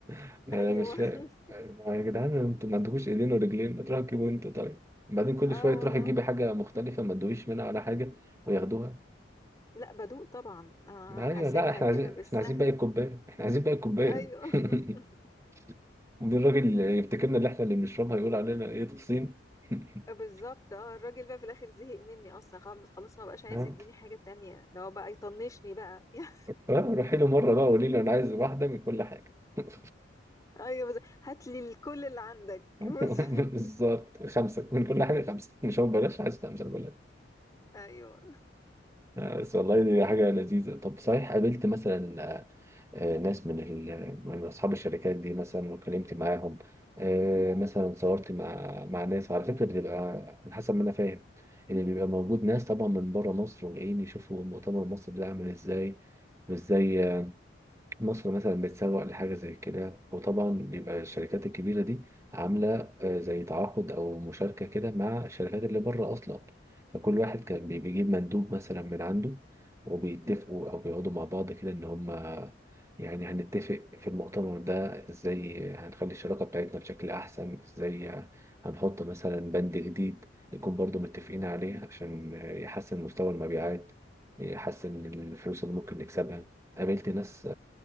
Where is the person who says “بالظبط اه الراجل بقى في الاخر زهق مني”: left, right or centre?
Left